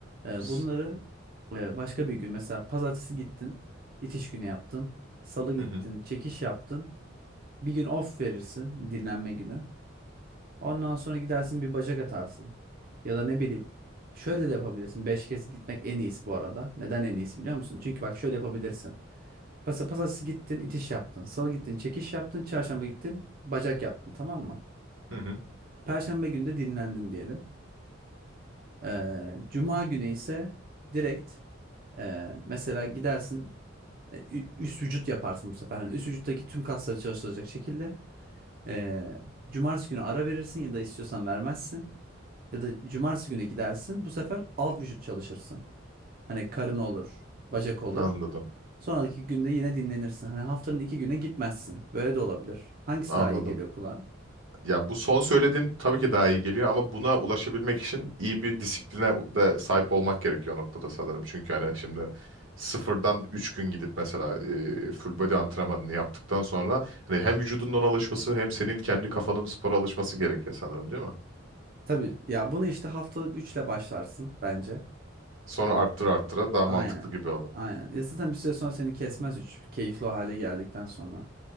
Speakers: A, on the right (about 50°); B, on the right (about 80°).
A: E,
B: S-
A: bunları e, başka bir gün mesela pazartesi gittin, itiş günü yaptın. Salı gittin,
B: Hı hı.
A: çekiş yaptın. Bir gün off verirsin, dinlenme günü. Ondan sonra gidersin bir bacak atarsın. Ya da ne bileyim. Şöyle de yapabilirsin. beş kez gitmek en iyisi bu arada. Neden en iyisi biliyor musun? Çünkü bak şöyle yapabilirsin. Mesela pazartesi gittin, itiş yaptın. Salı gittin, çekiş yaptın. Çarşamba gittin, bacak yaptın tamam mı?
B: Hı hı.
A: Perşembe günü de dinlendin diyelim. Ee, Cuma günü ise direkt Ee, mesela gidersin e, ü- üst vücut yaparsın bu sefer. hani üst vücuttaki tüm kasları çalıştıracak şekilde. Ee, cumartesi günü ara verirsin ya da istiyorsan vermezsin. Ya da cumartesi günü gidersin. Bu sefer alt vücut çalışırsın. Hani karın olur, bacak olur.
B: Anladım.
A: Sonraki günde yine dinlenirsin. Hani haftanın iki güne gitmezsin. Böyle de olabilir. Hangisi
B: Anladım.
A: daha iyi geliyor kulağa?
B: Ya bu son söylediğin tabii ki daha iyi geliyor ama buna ulaşabilmek için iyi bir disipline de sahip olmak gerekiyor o noktada sanırım. Çünkü hani şimdi sıfırdan 3 gün gidip mesela e, full body antrenmanını yaptıktan sonra hani hem vücudunun ona alışması hem senin kendi kafanın spora alışması gerekiyor sanırım değil mi?
A: Tabii ya bunu işte haftalık üçle başlarsın bence.
B: Sonra arttır arttıra daha
A: Aynen.
B: mantıklı gibi olur.
A: Aynen. Ya zaten bir süre sonra seni kesmez üç. Keyifli o hale geldikten sonra.